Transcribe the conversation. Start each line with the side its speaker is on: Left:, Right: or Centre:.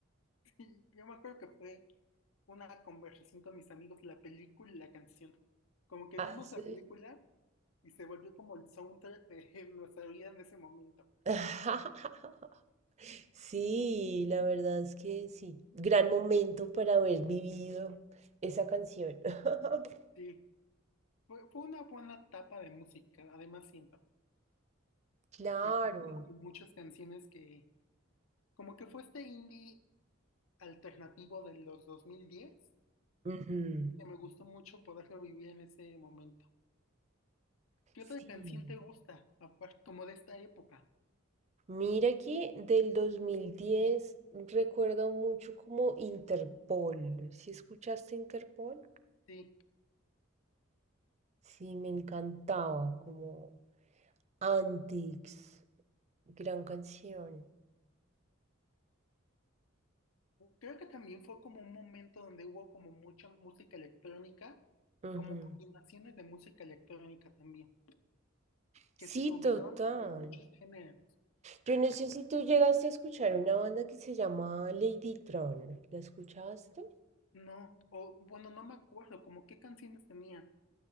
Left: <laughs> Sí, Yo me acuerdo que fue una conversación con mis amigos, la película y la canción. Como que
Right: Hace-
Left: vimos la película y se volvió como el soundtrack de <laughs> nuestra vida en ese momento.
Right: <laughs> Sí, la verdad es que sí. Gran momento para haber vivido esa canción. <laughs>
Left: Sí, fue, fue una buena etapa de música. Además, siento
Right: Claro.
Left: que fue como que muchas canciones que, como que fue este indie alternativo de los 2010,
Right: Ujú.
Left: que me gustó mucho poderlo vivir en ese momento. ¿Qué otra
Right: Sí.
Left: canción te gusta, aparte, como de esta época?
Right: Mira que del 2010 recuerdo mucho como Interpol. ¿Si escuchaste Interpol?
Left: Sí.
Right: Sí, me encantaba, como Antics, gran canción.
Left: Creo que también fue como un momento donde hubo como mucha música electrónica,
Right: Ujú.
Left: como combinaciones de música electrónica también,
Right: Sí,
Left: que se combinaban
Right: total.
Left: como muchos géneros.
Right: Yo no sé si tú llegaste a escuchar una banda que se llama Lady Tron. ¿La escuchaste?
Left: No, o bueno, no me acuerdo, como qué canciones tenía.